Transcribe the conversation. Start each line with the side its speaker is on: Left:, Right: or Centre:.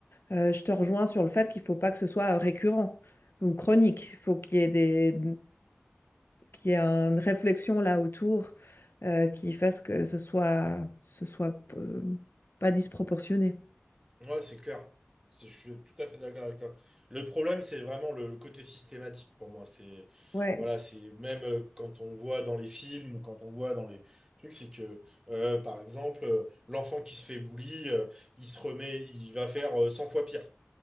Left: euh, je te rejoins sur le fait qu'il faut pas que ce soit euh, récurrent ou chronique. Il faut qu'il y ait des, qu'il y ait une réflexion là autour euh, qui fasse que ce soit, ce soit euh, pas disproportionné.
Right: Ouais, c'est clair. C'est- Je suis tout à fait d'accord avec toi. Le problème, c'est vraiment le, le côté systématique pour moi. C'est
Left: Ouais,
Right: voilà, c'est même euh, quand on voit dans les films ou quand on voit dans les trucs, c'est que euh, par exemple, euh, l'enfant qui se fait bully, euh, il se remet, il va faire euh, 100 fois pire.